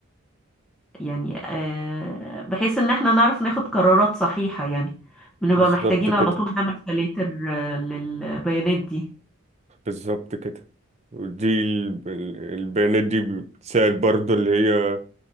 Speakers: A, in the centre; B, on the right (about 30°).
A: يعني آه، بحيث ان احنا نعرف ناخد قرارات صحيحة يعني بنبقى
B: بالظبط
A: محتاجين
B: كده
A: على طول نعمل فلاتر آه، للبيانات دي
B: بالظبط كده ودي ال- ال- البيانات دي بتساعد برضه اللي هي